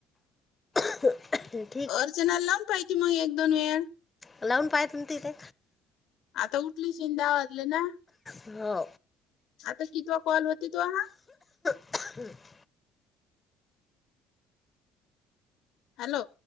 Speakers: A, on the left; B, on the left.
A: <inaudible>
B: अर्चना लावून पाहिती मग एक दोन वेळा
A: लावून पायतन तिथे
B: आता उठली शिन दहा वाजले ना?
A: हो.
B: आता कितीवा कॉल होती तोवा?
A: <inaudible>
B: हॅलो.